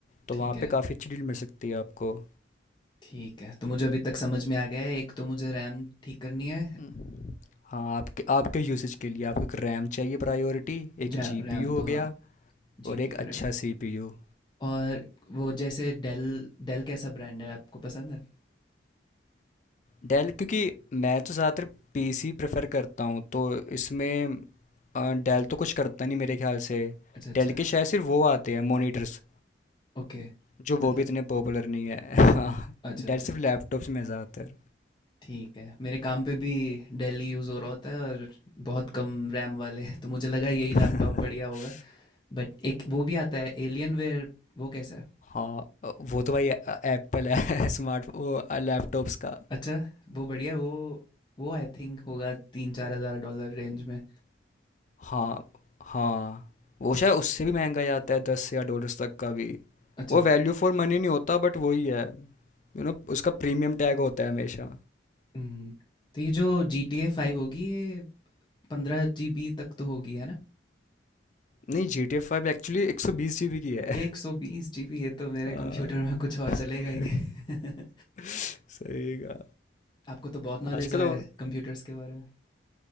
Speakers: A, on the left; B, on the left.
A: तो
B: ठीक
A: वहाँ
B: है
A: पे काफ़ी अच्छी डील मिल सकती है आपको
B: ठीक है तो मुझे अभी तक समझ में आ गया है एक तो मुझे रैम ठीक करनी है
A: हम्म, हाँ आपके आपके यूसेज के लिए आपको एक रैम चाहिए प्रायोरिटी एक
B: रैम
A: जीपीयू हो
B: तो हाँ
A: गया
B: GPU
A: और एक अच्छा
B: right
A: सीपीयू
B: और वो जैसे डेल डेल कैसा ब्रांड है आपको पसंद है
A: डेल क्योंकि मैं तो ज़्यादातर पीसी प्रेफर करता हूँ तो इसमें अ, डेल तो कुछ करता नहीं मेरे ख्याल से
B: अच्छा अच्छा
A: डेल के शायद सिर्फ वो आते हैं मॉनिटर्स
B: ओके
A: जो वो
B: मतलब
A: भी इतने पॉपुलर नहीं है <laughs> हाँ
B: अच्छा
A: डेल
B: अच्छा
A: सिर्फ लैपटॉप्स में है ज़्यादातर
B: ठीक है मेरे काम पे भी डेल ही यूज़ हो रहा होता है और बहुत कम रैम वाले तो मुझे लगा यही
A: <laughs>
B: लैपटॉप बढ़िया होगा बट एक वो भी आता है एलियन वेयर वो कैसा है
A: हाँ वो तो भाई एप्पल है <laughs> स्मार्ट वो लैपटॉप्स का
B: अच्छा वो बढ़िया है, वो वो आई थिंक होगा तीन चार हज़ार डॉलर रेंज में
A: हाँ हाँ वो शायद उससे भी महंगा ही आता है दस या डॉलर्स तक का भी
B: अच्छा
A: वो वैल्यू फॉर मनी नहीं होता बट वही है यू नो उसका प्रीमियम टैग होता है हमेशा
B: हम्म तो ये जो जी टी ए फाइव होगी ये पंद्रह जी बी तक तो होगी है ना
A: नहीं G T A five actually एक सौ बीस जी बी की है
B: एक सौ बीस जी बी ये तो मेरे
A: हाँ।
B: कंप्यूटर में कुछ और
A: <laughs>
B: चलेगा ही नहीं <laughs>
A: सही का
B: आपको तो बहुत नॉलेज
A: आजकल
B: है
A: वो-
B: कंप्यूटर्स के बारे में